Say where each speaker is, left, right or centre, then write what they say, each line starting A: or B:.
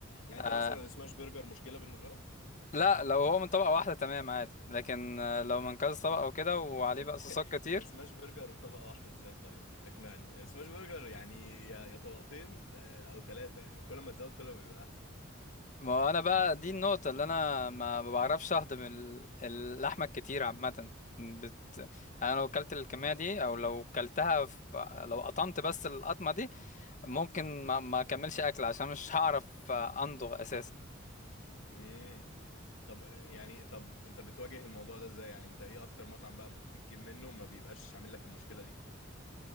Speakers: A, on the left; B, on the left.
A: يعني
B: آه
A: انت مثلا السماش برجر مشكله بالنسبه لك
B: لا لو هو من طبقة واحدة تمام عادي لكن آه، لو من كذا طبقة وكده وعليه
A: طب
B: بقى صوصات
A: <laughs>
B: كتير
A: سماش برجر طبقه واحده ازاي طيب يعني اقنعني سماش برجر يعني يا يا طبقتين آه، او ثلاثه يعني كل ما تزود كل ما بيبقى احسن
B: ما هو انا بقى دي النقطة اللي انا ما بعرفش اهضم ال- اللحمة الكتير عامة بت... انا لو اكلت الكمية دي او لو اكلتها في... لو قطمت بس القطمة دي ممكن ما ما اكملش اكل عشان مش هعرف آه، امضغ اساسا
A: امم طب آه، يعني طب انت بتواجه الموضوع ده ازاي يعني انت ايه اكتر مطعم بقى بتجيب منه وما بيبقاش عامل لك المشكله دي